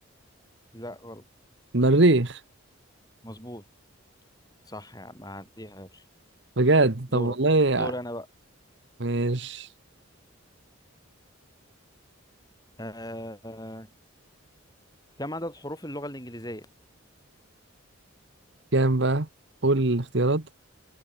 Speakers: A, on the left (about 20°); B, on the right (about 55°).
A: لا غلط
B: المريخ
A: مظبوط صح يا عم هعديها يلا
B: بجد
A: دورك
B: طب والله
A: دوري انا بقى
B: ماشي
A: آه... آه، كم عدد حروف اللغة الإنجليزية
B: كام بقى قول الاختيارات